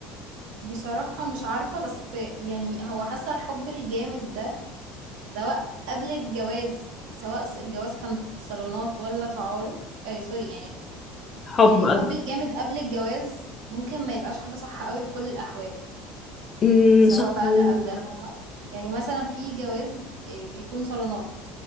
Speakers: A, on the right (about 80°); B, on the left (about 25°).
A: بصراحة مش عارفة بس يعني هو حاسة الحب الجامد ده سواء قبل الجواز سواء الجواز كان صالونات ولا تعارف آه سوري يعني
B: حب
A: يعني الحب
B: قصدي.
A: الجامد قبل الجواز ممكن ما يبقاش حاجة صح قوي في كل الأحوال
B: أمم،
A: سواء
B: صح
A: بقى
B: عندك
A: ده او ده
B: حق.
A: فاهمه يعني مثلا في جواز آه، بيكون صالونات